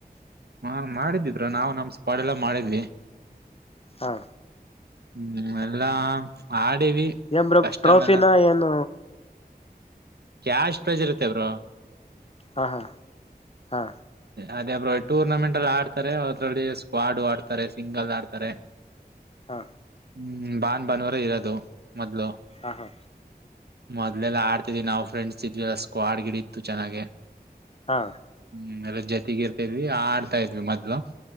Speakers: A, on the right; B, on the left.
A: ಹಾ ಬ್ರೋ ನಾವು ನಮ್ ಸ್ ಕಾಡೆಲ್ಲ ಮಾಡಿದ್ವಿ
B: ಹಾ.
A: ಹ್ಮ ಎಲ್ಲಾ. ಆಡಿವಿ
B: ಏನ್ ಬ್ರೋ
A: ಕಷ್ಟ
B: ಟ್ರೋಫಿನ
A: ಆಮೇಲೆ
B: ಏನ್.
A: ಕ್ಯಾಶ್ ಪ್ರೈಜ್ ಇರುತ್ತೆ ಇವರು.
B: ಹಾ ಹಾ ಹಾ.
A: ಅದೇಬ್ ಟೂರ್ನಮೆಂಟ್ ಅಲ್ಲಿ ಆಡ್ತಾರೆ ಅದ್ರಲ್ಲಿ ಸ್ಕ್ವಾಡು ಆಡ್ತಾರೆ ಸಿಂಗಲ್ ಆಡ್ತಾರೆ.
B: ಹಾ.
A: ಹ್ಮ್ ಬಾನ್ ಬಾನವರ ಇರೋದು ಮೊದ್ಲು.
B: ಹ ಹಾ.
A: ಮೊದಲೆಲ್ಲ ಆಡ್ತಿದೀವಿ ನಾವು ಫ್ರೆಂಡ್ಸ್ ಇದ್ವಿಲ್ಲ ಸ್ಕ್ವಾಡ್ ಗಿಡಿ ಇತ್ತು. ಚೆನ್ನಾಗೆ.
B: ಹಾ.
A: ಹ್ಮ್ ಎಲ್ಲ ಜೊತೆಗ ಇರ್ತಾಿದ್ವಿ ಆಡ್ತಾ ಇದ್ವಿ ಮೊದ್ಲು.